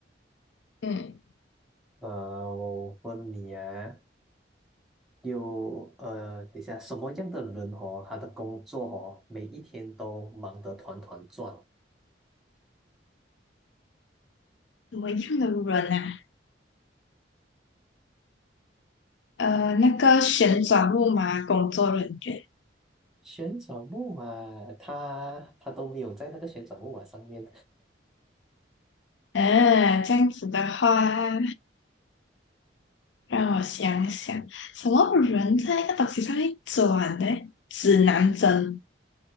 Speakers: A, on the left; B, in the centre.
A: 嗯，
B: 呃，我问你啊，有呃，等一下，什么样的人哦，他的工作哦，每一天都忙得团团转？
A: 什么样的人啊？呃，那个旋转木马工作人员。
B: 旋转木马，他他都没有在那个旋转木马上面，
A: 嗯，这样子的话，让我想想，什么人在一个东西上面转呢？指南针。